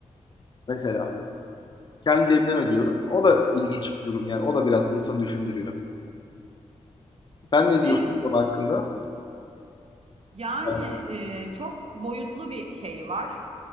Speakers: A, on the left; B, on the right.
A: Mesela kendi cebimden ödüyorum. O da ilginç bir durum yani. O da biraz insanı düşündürüyor. Sen ne diyorsun
B: Evet.
A: bu konu hakkında?
B: Yani
A: Evet.
B: e, çok boyutlu bir şey var.